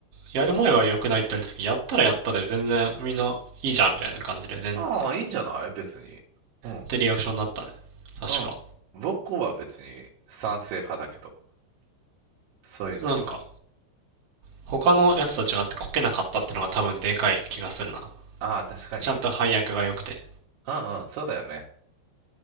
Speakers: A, on the right; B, on the right.
A: やる前は良くないって言われた時、やったらやったで全然みんないいじゃんみたいな感じで全
B: ああ、いいんじゃない別に。うん。
A: ってリアクションだったね。確か。
B: うん。僕は別に賛成派だけど。そういうのには。
A: なんか、他のやつと違ってこけなかったってのが多分でかい気がするな。
B: ああ、確かに。
A: ちゃんと配役が良くて。
B: うんうん、そうだよね。